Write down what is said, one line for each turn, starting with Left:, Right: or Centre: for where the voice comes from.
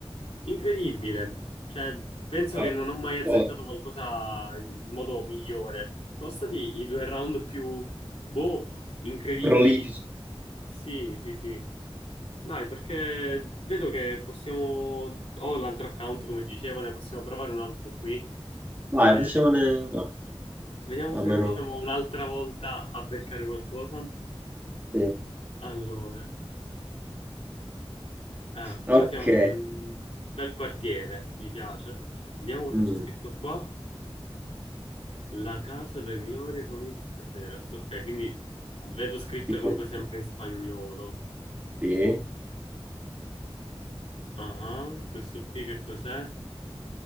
Left: incredibile. Cioè, penso che
Right: Ah,
Left: non ho mai
Right: per favore,
Left: azzeccato qualcosa in modo migliore. Sono stati i due round più, boh, incredibili.
Right: prolifici.
Left: Sì, sì, sì. Dai, perché vedo che possiamo... Ho l'altro account, come dicevo, ne possiamo provare un altro qui.
Right: Vai,
Left: Eh,
Right: facciamone un altro,
Left: vediamo
Right: almeno
Left: se riusciamo
Right: uno,
Left: un'altra volta a beccare qualcosa.
Right: sì.
Left: Allora. Ah,
Right: Ok,
Left: qua siamo in un bel quartiere, mi piace. Vediamo cosa
Right: mm,
Left: c'è scritto qua. La casa del Gloria Comidas Caseras. Ok, quindi vedo scritto
Right: tipo,
Left: comunque sempre in spagnolo.
Right: sì,
Left: Ah, questo qui che cos'è?